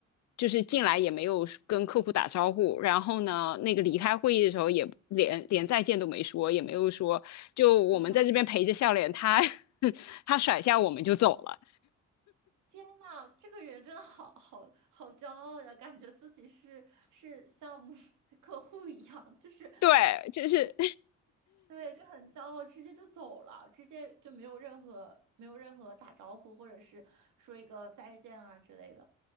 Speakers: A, on the left; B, on the right.
A: 就是进来也没有跟客户打招呼，然后呢，那个离开会议的时候也连连再见都没说，也没有说就我们在这边陪着笑脸，
B: 天呐！
A: 他 <laughs> 他甩下我们就走了。
B: 天呐，这个人真的好好好骄傲呀，感觉自己是是像 <laughs> 客户一样，就是
A: 对，就是
B: 对，就很骄傲，直接就走了，直接就没有任何没有任何打招呼，或者是说一个再见啊之类的。